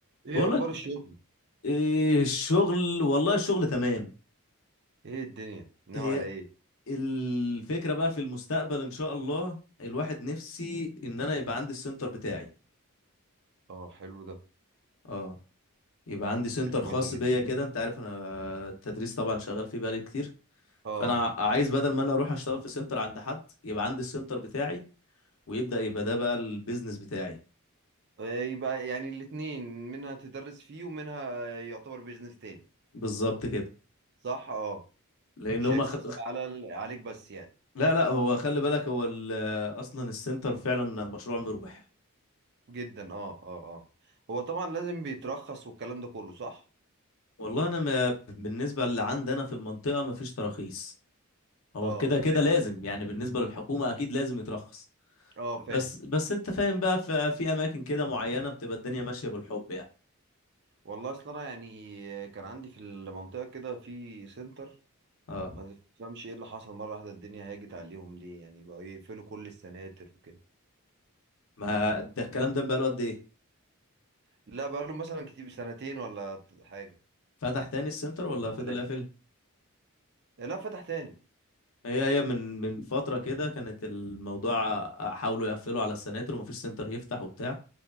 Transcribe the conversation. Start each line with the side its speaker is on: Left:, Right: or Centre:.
Right: ايه
Left: بقول
Right: اخبار
Left: لك
Right: الشغل
Left: إيه الشغل والله الشغل تمام
Right: ايه الدنيا ناوي
Left: هي
Right: على ايه
Left: الفكرة بقى في المستقبل إن شاء الله الواحد نفسي إن أنا يبقى عندي السنتر بتاعي
Right: اه حلو ده
Left: اه يبقى عندي سنتر
Right: فكرة كويسة
Left: خاص
Right: جدا
Left: بيا كده أنت عارف أنا التدريس طبعا شغال فيه بقالي كتير
Right: اه
Left: فأنا عايز بدل ما أنا أروح أشتغل في سنتر عند حد يبقى عندي السنتر بتاعي ويبدأ يبقى ده بقى البيزنس بتاعي
Right: إيه يبقى يعني الاتنين منها تدرس فيه ومنها يعتبر بيزنس تاني
Left: بالظبط كده
Right: صح اه
Left: لأن
Right: مش
Left: هما
Right: هيقتصر
Left: خ...
Right: على ال- عليك بس يعني
Left: لا لا هو خلي بالك هو ال- أصلا السنتر فعلا مشروع مربح
Right: جدا اه اه اه هو طبعا لازم بيترخص والكلام ده كله صح
Left: والله انا ما بالنسبه اللي عندنا في المنطقه ما فيش تراخيص هو
Right: اه
Left: كده كده
Right: فاهم
Left: لازم يعني بالنسبه للحكومه اكيد لازم يترخص
Right: اه فاهم
Left: بس بس انت فاهم بقى في, في اماكن كده معينه بتبقى الدنيا ماشيه بالحب يعني
Right: والله اصل انا يعني كان عندي في المنطقة كده في سنتر
Left: اه
Right: ما تفهمش ايه اللي حصل مرة واحدة الدنيا هاجت عليهم ليه يعني بقوا يقفلوا كل السناتر وكده
Left: ما ده الكلام ده بقى له قد ايه
Right: لا بقاله مثلا كتير سنتين ولا ت- حاجة
Left: فتح تاني السنتر
Right: سنتين
Left: ولا فضل
Right: ثلاثة
Left: قافل
Right: لا فتح تاني
Left: هي هي من من فتره كده كانت الموضوع حاولوا يقفلوا على السناتر ومفيش سنتر يفتح وبتاع